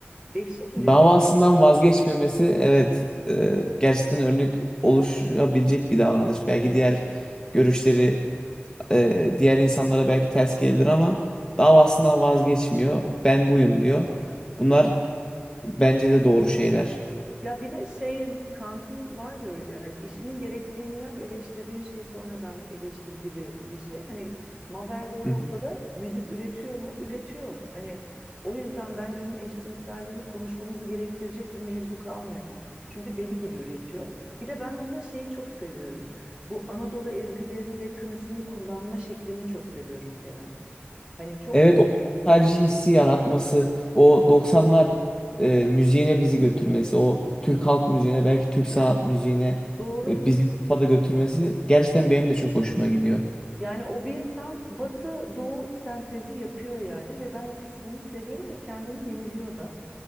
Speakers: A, on the right; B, on the left.
A: Dehşet üretim
B: Davasından vazgeçmemesi evet e, gerçekten örnek oluşabilecek bir davranış. Belki diğer görüşleri e, diğer insanlara belki ters gelebilir ama davasından vazgeçmiyor. Ben buyum diyor. Bunlar bence de doğru şeyler.
A: Ya bir de şeyin Kant'ın var ya öyle hani işinin gerekliliğini yap eleştirdiğin şeyi sonradan eleştir gibi bir şey. Hani Mabel de o
B: <laughs>
A: noktada müzik üretiyor mu? Üretiyor. Hani o yüzden bence onun eşcinselliğini konuşmamızı gerektirecek bir mevzu kalmıyor. Çünkü deli gibi üretiyor. Bir de ben onda şeyi çok seviyorum. Bu Anadolu ezgilerini ve tınısını kullanma şeklini çok seviyorum Kerem. Hani çok
B: Evet o nostalji hissi yaratması, o 90'lar e, müziğine bizi götürmesi, o Türk halk müziğine, belki Türk sanat müziğine
A: doğru
B: e, bizi kafada götürmesi gerçekten benim de çok hoşuma gidiyor.
A: Yani o bir tam batı doğu sentezi yapıyor yani ve ben o kısmını seviyorum ve kendini yeniliyor da.